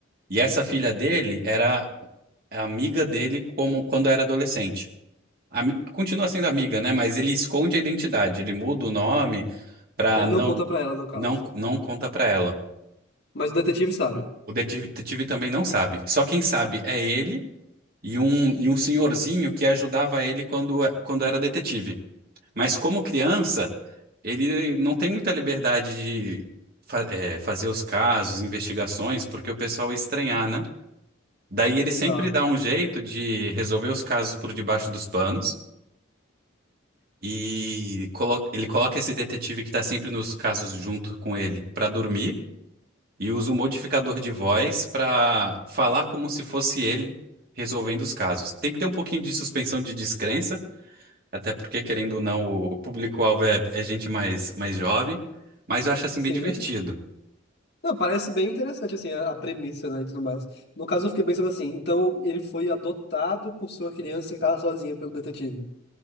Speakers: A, on the right (about 50°); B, on the left (about 55°).
A: E essa filha dele era amiga dele como quando era adolescente. ami- continua sendo amiga, né? Mas ele esconde a identidade, ele muda o nome pra
B: Ele
A: não
B: não conta pra ela, no caso.
A: não não conta pra ela.
B: Mas o detetive sabe.
A: O detetive detetive também não sabe. Só quem sabe é ele e um e um senhorzinho que ajudava ele quando é, quando era detetive. Mas como criança, ele não tem muita liberdade de fa- é, fazer os casos, investigações, porque o pessoal ia estranhar, né? Daí ele
B: Exato.
A: sempre dá um jeito de resolver os casos por debaixo dos panos. E colo- ele coloca esse detetive que tá sempre nos casos junto com ele pra dormir e usa um modificador de voz pra falar como se fosse ele resolvendo os casos. Tem que ter um pouquinho de suspensão de descrença, até porque, querendo ou não, o público-alvo é, é gente mais, mais jovem, mas eu acho assim
B: Sim.
A: bem divertido.
B: Não, parece bem interessante, assim, a a premissa, né, e tudo mais. No caso, eu fiquei pensando assim, então ele foi adotado por sua criança que estava sozinha pelo detetive.